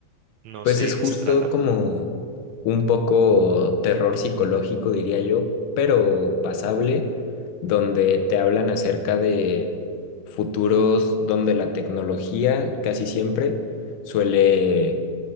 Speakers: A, on the right; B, on the left.
A: No
B: Pues
A: sé
B: es
A: de qué
B: justo
A: se trata.
B: como un poco terror psicológico, diría yo, pero pasable, donde te hablan acerca de futuros donde la tecnología casi siempre suele